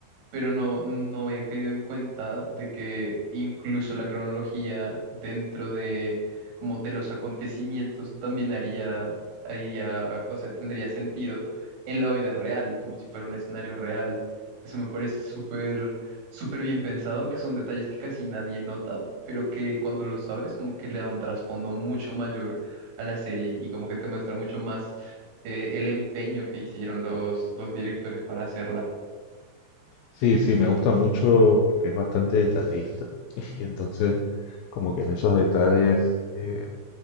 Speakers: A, on the right; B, on the left.
A: pero no, no había caído en cuenta de que incluso la cronología dentro de como de los acontecimientos también haría, haría, o sea, tendría sentido en la vida real, como si fuera un escenario real. Eso me parece súper, súper bien pensado, que son detalles que casi nadie nota, pero que cuando lo sabes, como que le da un trasfondo mucho mayor a la serie y como que te muestra mucho más eh, el empeño que hicieron los, los directores para hacerla.
B: Sí, sí, me gusta mucho porque es bastante detallista. <laughs> Y entonces, como que en esos detalles eh,